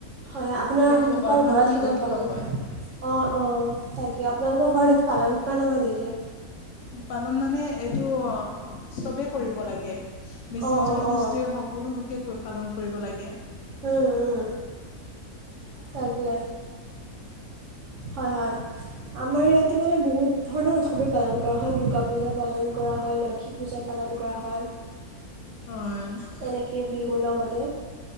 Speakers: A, on the right (about 65°); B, on the left (about 70°).
A: হয় আপোনালোকৰ
B: কিন্তু এইটো অন্যতম
A: ঘৰত সিমান
B: উৎসৱ
A: পাল অ',
B: হয়
A: অ', তাকে। আপোনালোকৰ ঘৰত পালন কৰা নহয় নেকি?
B: পালন মানে এইটো চবে কৰিব লাগে। মিচিং
A: অঁ অঁ
B: জনগোষ্ঠীয়ে
A: অঁ
B: সকলো লোকে পালন কৰিব লাগে।
A: উম, উম তাকে। হয়, হয়। আমাৰ ইয়াতো মানে বহুত ধৰণৰ উৎসৱেই পালন কৰা হয়। দুৰ্গা পূজা পালন কৰা, হয় লক্ষী পূজা পালন লন কৰা হয়।
B: হয়
A: তেনেকে বিহুৰ লগতে